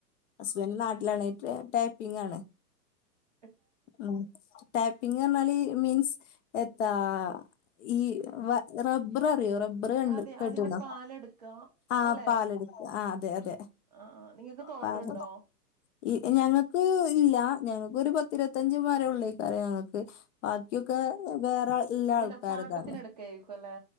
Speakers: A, on the left; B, on the right.
A: ഹസ്ബന്റ് നാട്ടിലാണ് ടേപ്പിങ്ങാണ്
B: അ
A: ഉം ടാപ്പിങ്ങർഞാല് മീൻസ് എത്താ ഈ വ റബ്ബററിയോ റബ്ബ ബ്ബറ് കണ്ട്
B: അതെ
A: കേട്ട്ണോ
B: അതിന്റെ പാലെടുക്ക
A: ആഹ്
B: അല്ലെ
A: പാലെട്ക്ക ആ അതെ അതെ
B: ആ ആ നിങ്ങക്ക് തോട്ടണ്ടോ
A: പാല് ഈ ഞങ്ങക്ക് ഇല്ല ഞങ്ങക്കൊരു പത്തിരുപത്തഞ്ച് മരെള്ളേക്കാരം ഞങ്ങക്ക് ബാക്കിയൊക്കെ വേറെ ഇള്ള
B: ഇങ്ങനെ
A: ആൾക്കാരതാണ്
B: പാട്ടത്തിന് എടുക്കായിരിക്കും അല്ലെ